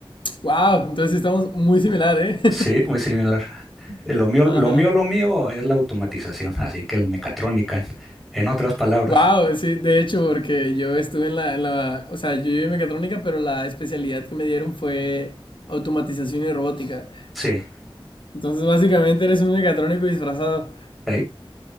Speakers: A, on the left (about 60°); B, in the centre.
A: ¡Wow! Entonces sí estamos muy similar, ¿eh? <laughs>
B: Sí, muy similar. Eh, Lo mío,
A: Ajá.
B: lo mío, lo mío es la automatización, así que el mecatrónica, en, en otras palabras.
A: Wow, sí, de hecho, porque yo estuve en la, en la- o sea, yo llevé mecatrónica, pero la especialidad que me dieron fue automatización y robótica.
B: Sí,
A: Entonces, básicamente eres un mecatrónico disfrazado.
B: ahí.